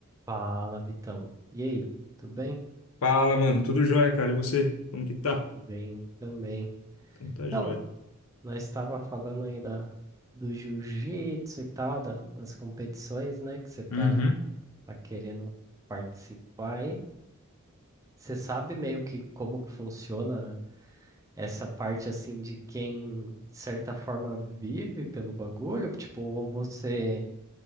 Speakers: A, on the right (about 15°); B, on the left (about 80°).
A: Fala, Vitão. E aí, tudo bem?
B: Fala, mano. Tudo jóia, cara. E você? Como que tá?
A: Bem também.
B: Então tá
A: Então,
B: jóia.
A: nós estava falando aí da, do jiu-jitsu e tal, da- das competições, né, que você tá,
B: Uhum,
A: tá querendo participar aí. Você sabe meio que como que funciona essa parte, assim, de quem, de certa forma, vive pelo bagulho? Tipo, ou você